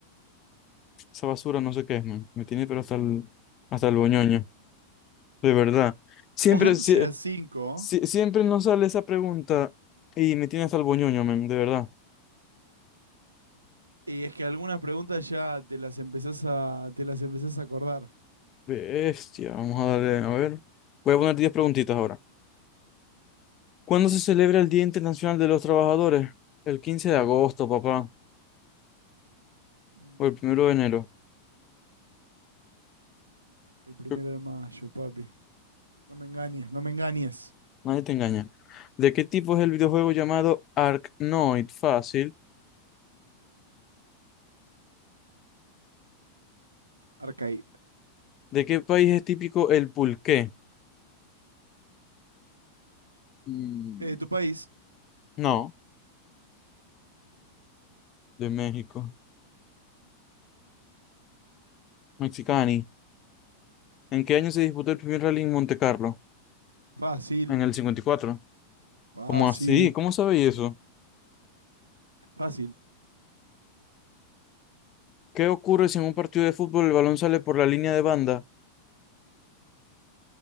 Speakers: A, on the left; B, on the right.
A: Esa basura no sé qué es, man. Me tiene pero hasta el, hasta el boñoño. De verdad. Siempre,
B: Once
A: sie-
B: a cinco.
A: sie- siempre nos sale esa pregunta y me tiene hasta el boñoño, man. De verdad.
B: Y es que algunas preguntas ya te las empezás a, te las empezás a acordar.
A: Bestia. Vamos a darle, a ver. Voy a poner 10 preguntitas ahora. ¿Cuándo se celebra el Día Internacional de los Trabajadores? El 15 de agosto, papá,
B: Mm,
A: o el primero de enero.
B: El primero
A: Creo-
B: de mayo, papi. No me engañes, no me engañes.
A: Nadie te engaña. ¿De qué tipo es el videojuego llamado Arknoid? Fácil.
B: Arcade.
A: ¿De qué país es típico el pulqué? Mm,
B: Eh, ¿Tu país?
A: No, de México. Mexicani. ¿En qué año se disputó el primer rally en Monte Carlo?
B: Fácil,
A: En el 54.
B: fácil,
A: ¿Cómo así? ¿Cómo sabéis eso?
B: fácil.
A: ¿Qué ocurre si en un partido de fútbol el balón sale por la línea de banda?